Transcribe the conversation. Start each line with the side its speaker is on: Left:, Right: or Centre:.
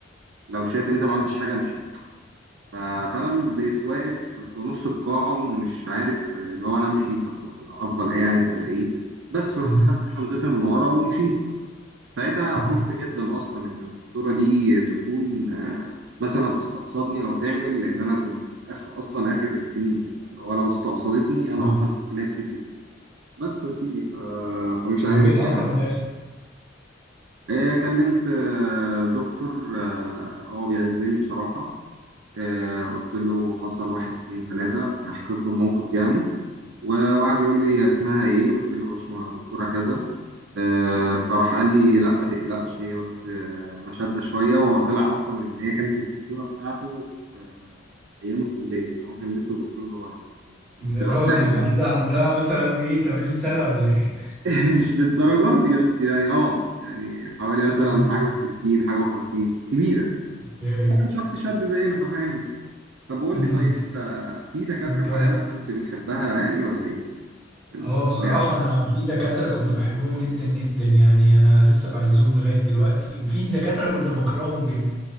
Right: لو شايف إن أنت ما عملتش حاجة امشي ف- فانا م- بقيت واقف في نص القاعه ومش عارف اللي هو انا امشي طب ولا افضل قاعد ولا ايه بس رحت
Centre: مهم.
Right: خدت شنطتي من ورا ومشيت ساعتها
Centre: مهم.
Right: خفت جدا اصلا ان الدكتوره دي تكون آه، مثلا تستقصدني او تعمل لان انا كنت في اخ اصلا اخر السنين اللي هو لو استقصدتني انا
Centre: آه.
Right: هفضل في الكليه كتير جدا بس يا سيدي ف... فمش عارف
Centre: طب وايه اللي حصل
Right: يعني
Centre: في الاخر
Right: آه، كلمت آه، دكتور آه، هو بيعزني بصراحه آه، قلت له حصل واحد اتنين تلاتة يعني حكيت له الموقف يعني و- وقعد يقول لي اسمها ايه قلت له باشمهندس دكتورة كذا آه، فراح قال لي لا ما تقلقش هي بس آه، مشدة شوية وطلع اصلا ان هي كانت الدكتورة بتاعته آه، ايام الكلية هو كان لسه دكتور صغير فكان كنت
Centre: يا
Right: برتاح
Centre: راجل
Right: له
Centre: دي
Right: قبل
Centre: كده عندها مثلا ايه 80 سنه ولا ايه
Right: <laughs> مش للدرجة دي بس يعني اه يعني حوالي مثلا
Centre: امم
Right: حاجة و60 حاجة و50 كبيرة
Centre: ايه
Right: هو كان شخص شاب زينا ففاهم طب قول
Centre: امم
Right: لي طيب انت
Centre: <laughs>
Right: في دكاترة معينة
Centre: طب
Right: كنت بتحبها يعني ولا ايه في الكلية
Centre: اه بصراحة أنا في دكاترة كنت بحبهم جدا جدا يعني أنا لسه بعزهم لغاية دلوقتي وفي دكاترة كنت بكرههم جدا